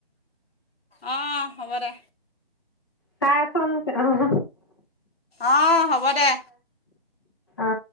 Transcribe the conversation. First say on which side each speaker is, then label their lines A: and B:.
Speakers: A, on the left; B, on the left.
A: অ হ'ব দে।
B: চা চোন হ হ।
A: অ হ'ব দে।
B: অ।